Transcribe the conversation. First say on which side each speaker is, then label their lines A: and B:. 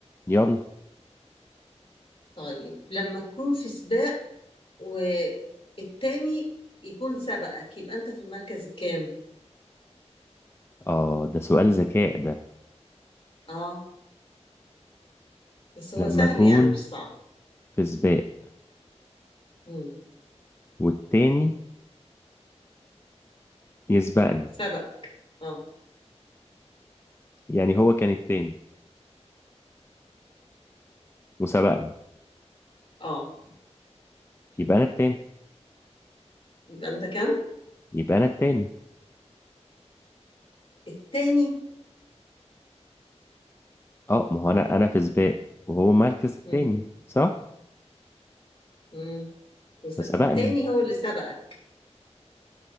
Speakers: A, on the left; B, on the left.
A: يلا
B: طيب لما تكون في سباق والتاني يكون سبقك يبقى أنت في المركز الكام؟
A: اه ده سؤال ذكاء ده
B: آه بس هو
A: لما
B: سهل
A: اكون
B: يعني مش صعب
A: في سباق
B: مم.
A: والتاني يسبقني
B: سبق آه
A: يعني هو كان التاني وسبقني
B: آه
A: يبقى انا التاني
B: يبقى أنت كام؟
A: يبقى انا التاني
B: التاني
A: اه ما هو انا انا في سباق وهو مركز التاني
B: مم.
A: صح
B: مم. وس-
A: فسبقني
B: التاني هو اللي سبقك